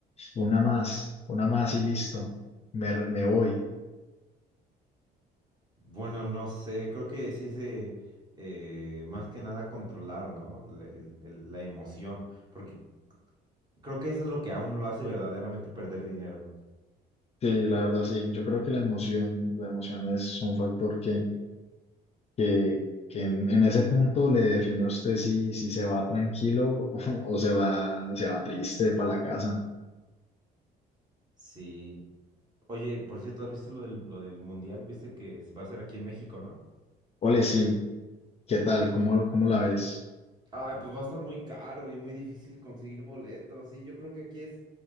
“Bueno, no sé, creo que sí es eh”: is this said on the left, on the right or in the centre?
Right